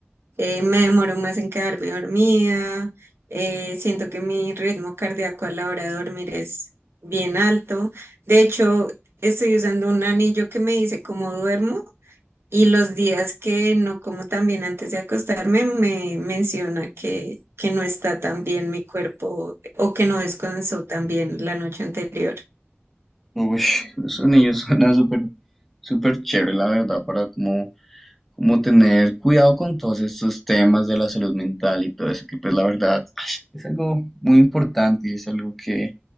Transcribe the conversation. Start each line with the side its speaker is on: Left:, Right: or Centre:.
Right: eh, me demoro más en quedarme dormida, eh, siento que mi ritmo cardíaco a la hora de dormir es bien alto. De hecho, estoy usando un anillo que me dice cómo duermo y los días que no como tan bien antes de acostarme me menciona que, que no está tan bien mi cuerpo o que no descansó tan bien la noche anterior.
Centre: Uy, esos niños suenan súper, súper chévere, la verdad, para como, como tener cuidado con todos estos temas de la salud mental y todo eso, que pues la verdad <smacks lips> es algo muy importante y es algo que,